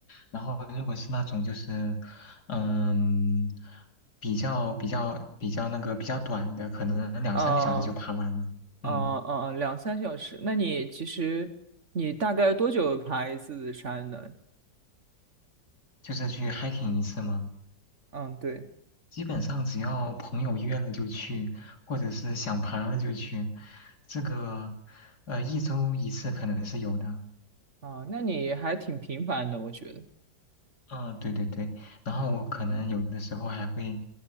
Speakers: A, on the left; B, on the right.
A: 然后，如果是那种就是，嗯，比较比较比较那个比较短的，可能两三个小时就爬完了。
B: 啊。哦
A: 嗯，
B: 哦哦，两三小时。那你其实你大概多久爬一次山呢？
A: 就是去 hiking 一次嘛，
B: 嗯，对，
A: 基本上只要朋友约了就去，或者是想爬了就去。这个，呃，一周一次可能是有的。
B: 啊，那你还挺频繁的，我觉得。
A: 啊，对对对，然后我可能有的时候还会，